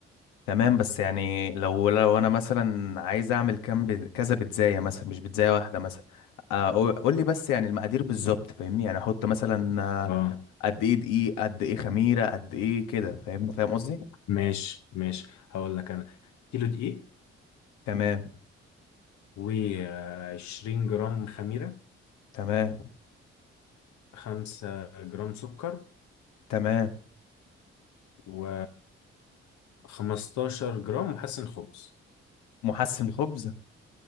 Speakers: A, on the left; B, on the left.
A: تمام بس يعني لو لو انا مثلا عايز اعمل كام ب... كذا بيتزايه مثلا مش بيتزايه واحده مثلا آه، قول قول لي بس يعني المقادير بالظبط فاهمني يعني احط مثلا آه،
B: اه
A: قد ايه دقيق قد ايه خميره قد ايه كده فاهم فاهم قصدي
B: ماشي ماشي هقول لك انا كيلو دقيق
A: تمام
B: و20 جرام خميره
A: تمام
B: 5 جرام سكر
A: تمام
B: و 15 جرام محسن خبز
A: محسن خبز